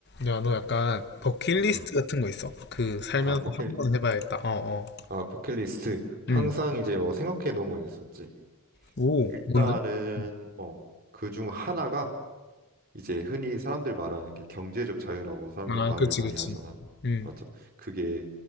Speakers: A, on the left; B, on the right.
A: 야, 너 약간 버킷리스트
B: 음.
A: 같은 거 있어? 그 살면서
B: 아, 버킷리,
A: 한번 해봐야겠다. 어, 어.
B: 아, 버킷리스트. 항상
A: 응.
B: 이제 뭐 생각해 놓은 거 있었지.
A: 오,
B: 일단은,
A: 뭔데? 응.
B: 어, 그 중 하나가 이제 흔히 사람들 말하는 게 경제적 자유라고 사람들
A: 아,
B: 말을
A: 그치,
B: 많이
A: 그치.
B: 하잖아.
A: 응,
B: 맞죠? 그게